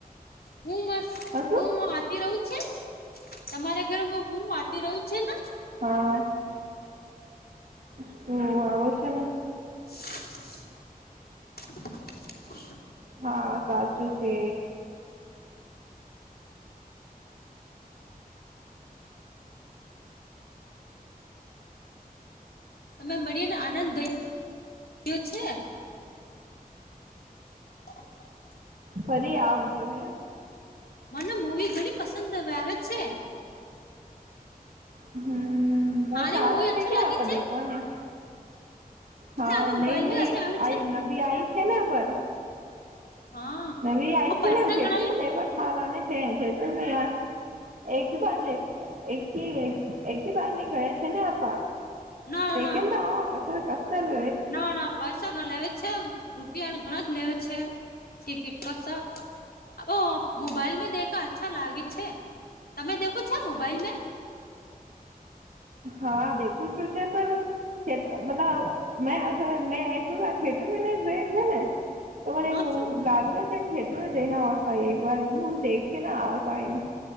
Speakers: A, on the left (about 80°); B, on the right (about 55°).
A: હું મ
B: હા શું
A: હું હ હતી રહું છે. તમારા ઘરોમાં હું આતી રહ્યું છે ને.
B: હા શું આવો છે ને.
A: <unintelligible>
B: હા સાચું છે.
A: તમે મળીને આનંદયોયો છે. હ <unintelligible>
B: ફરી આવજો હે
A: મને મૂવી ઘણી પસંદ હ આવે છે.
B: હમ
A: હાલે
B: ચાલે
A: મૂવી અચ્છો
B: છે ક્યા
A: લાગે
B: આપ
A: છે
B: દેખવાને. હા
A: ને હવે મોબાઈલ
B: નહી
A: મે
B: મુ
A: આવે છે
B: આ નવીી આઈ છે ને ખબર.
A: હા
B: નવી આઈ
A: પૈસા
B: છે નેું થયેટર
A: ઘણા લે
B: માં દ છાલાને. છે થટ મેં ાર એકી બાંધ લે એક એકી બાંધની ગય. શનપા
A: ના ના
B: કેતા આવા કસ કષ્ટલ.
A: ના ના. પૈસા ઘણા લેવા છે રૂપિયા ઘણા જ લેવે છે ટિકિટ કશ. હો મોબાઈલ મે દેખા અચ્છા લાગે છે તમે દેખો છે મોબાઈલ મેં.
B: હા દેખું શું છેે પણ. થટ મતલબ મે મે એક થથીયેટર ન ર છે ને. તો મને
A: હા
B: એવું
A: શું
B: લાગે છે થત ને જઈને આવસ આવી એક વાર દેખ ના આવસ આવ્યો.